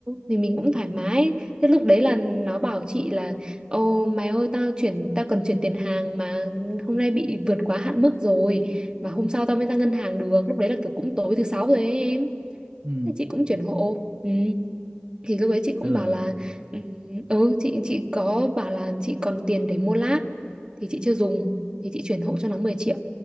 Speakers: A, on the right; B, on the right.
A: thì mình cũng thoải mái thế lúc đấy là nó bảo chị là ô mày ơi tao chuyển tao cần chuyển tiền hàng mà hôm nay bị vượt quá hạn mức rồi mà hôm sau tao mới ra ngân hàng được lúc đấy là kiểu cũng tối thứ sáu rồi ấy em
B: Ừ,
A: thế chị cũng chuyển hộ ừ. thì lúc đấy chị cũng
B: thế là
A: bảo là ừ ừ, chị chị có bảo là chị còn tiền để mua lát thì chị chưa dùng thì chị chuyển hộ cho nó 10 triệu